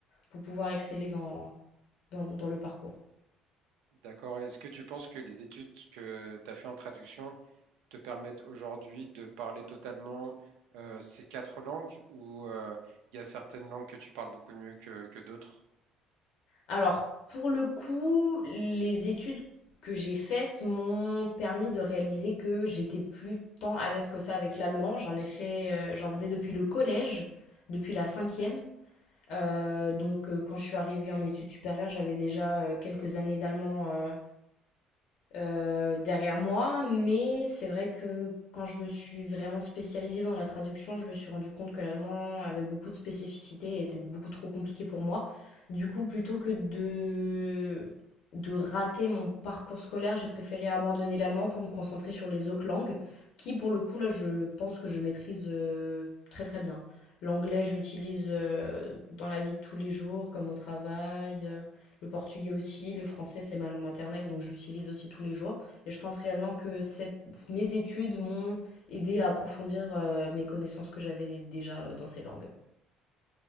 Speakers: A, on the left; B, on the right.
A: pour pouvoir exceller dans, dans, dans le parcours.
B: D'accord. Est-ce que tu penses que les études que tu as fait en traduction te permettent aujourd'hui de parler totalement euh, ces quatre langues ou euh, il y a certaines langues que tu parles beaucoup mieux que, que d'autres?
A: Alors, pour le coup, les études que j'ai faites m'ont permis de réaliser que j'étais plus tant à l'aise que ça avec l'allemand. J'en ai fait, euh, j'en faisais depuis le collège, depuis la cinquième. Euh, donc, euh, quand je suis arrivée en études supérieures, j'avais déjà euh, quelques années d'allemand euh, euh, derrière moi, mais c'est vrai que quand je me suis vraiment spécialisée dans la traduction, je me suis rendu compte que l'allemand avait beaucoup de spécificités et était beaucoup trop compliqué pour moi. Du coup, plutôt que de, de rater mon parcours scolaire, j'ai préféré abandonner l'allemand pour me concentrer sur les autres langues, qui pour le coup, là, je pense que je maîtrise euh, très très bien. L'anglais, je l'utilise euh, dans la vie de tous les jours, comme au travail. euh, le portugais aussi, le français, c'est ma langue maternelle, donc je l'utilise aussi tous les jours. Et je pense réellement que cette- mes études m'ont aidé à approfondir euh, mes connaissances que j'avais déjà euh, dans ces langues.